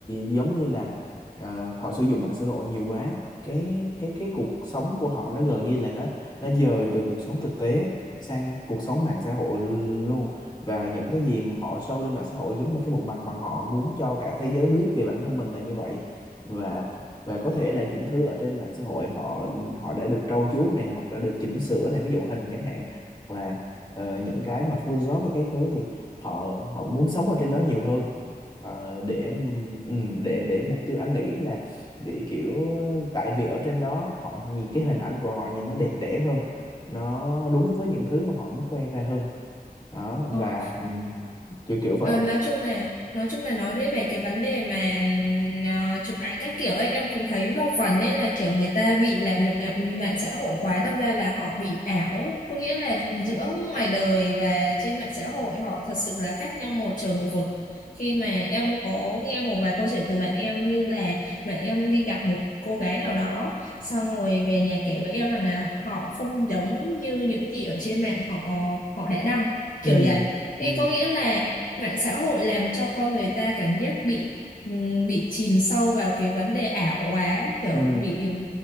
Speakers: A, on the left; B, on the left.
A: giống như là ờ, họ sử dụng mạng xã hội nhiều quá cái cái cái cuộc sống của họ nó gần như là nó nó dời từ cuộc sống thực tế sang cuộc sống mạng xã hội luôn và những cái gì mà họ show lên mạng xã hội giống như cái bộ mặt mà họ muốn cho cả thế giới biết về bản thân mình là như vậy và và có thể là những cái thứ ở trên mạng xã hội họ họ đã được trau chuốt này hoặc đã được chỉnh sửa này ví dụ hình chẳng hạn hoặc là ờ, những cái mà Photoshop hay cái thứ thì họ họ muốn sống ở trên đó nhiều hơn Ờ, để ừm, để để mục tiêu anh nghĩ là để kiểu tại vì ở trên đó họ nhìn cái hình ảnh của họ nhìn nó đẹp đẽ hơn nó đúng với những thứ mà họ muốn khoe ra hơn đó
B: Ờ,
A: và ừm, kiểu kiểu vậy
B: Ờ, nói chung là nói chung là nói về cái vấn đề mà à, chụp ảnh các kiểu ấy em cũng thấy một phần ấy là kiểu người ta bị làm nhục à, mạng xã hội quá đâm ra là họ bị ảo có nghĩa là giữa ngoài đời và trên mạng xã hội họ thật sự là khác nhau một trời một vực khi mà em có nghe một vài câu chuyện từ bạn em như là bạn em đi gặp một cô gái nào đó xong rồi về nhà kể với em rằng là họ không giống như những gì ở trên mạng họ họ đã đăng kiểu
A: ừ
B: vậy
A: ừ
B: Thế có nghĩa là mạng xã hội làm cho con người ta cảm giác bị ừm, bị chìm sâu vào cái vấn đề ảo quá, kiểu
A: ừ
B: bị